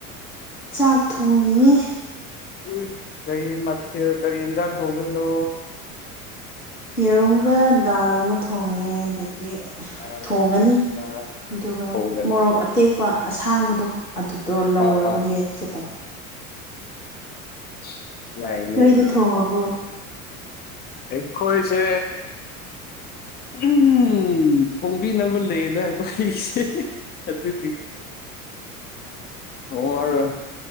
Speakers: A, on the left (about 85°); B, on the left (about 20°).
A: ꯆꯥꯛ ꯊꯣꯡꯉꯤ
B: ꯎꯏꯁ ꯀꯔꯤ ꯃꯊꯦꯜ ꯀꯔꯤ ꯍꯦꯟꯖꯥꯡ ꯊꯣꯡꯗꯣꯏꯅꯣ
A: ꯌꯦꯔꯨꯝꯒ ꯗꯥꯜ ꯑꯃ ꯊꯣꯡꯉꯦ ꯑꯗꯒꯤ
B: ꯑ
A: ꯊꯣꯡꯉꯅꯤ
B: ꯑ
A: ꯑꯗꯨꯒ
B: ꯊꯣꯡꯒꯅꯤ
A: ꯃꯣꯔꯣꯛ ꯑꯇꯦꯛ ꯄꯥ ꯑꯁꯥꯡꯕꯗꯣ ꯑꯗꯨꯗꯣ ꯂꯧꯔꯒ
B: ꯑꯥ ꯑꯥ
A: ꯃꯦꯠꯀꯦ ꯇꯧꯕ
B: <unintelligible> ꯌꯥꯏꯅꯦ
A: ꯅꯣꯏꯗꯤ
B: ꯑꯗꯨꯗꯤ
A: ꯊꯣꯡꯉꯕꯣ
B: ꯑꯩꯈꯣꯏꯁꯦ ꯎꯝ ꯊꯣꯡꯕꯤꯅꯕ ꯂꯩꯗ ꯑꯩꯈꯣꯏꯁꯦ ꯑꯗꯨꯒꯤ ꯊꯣꯡꯉꯔꯣꯏ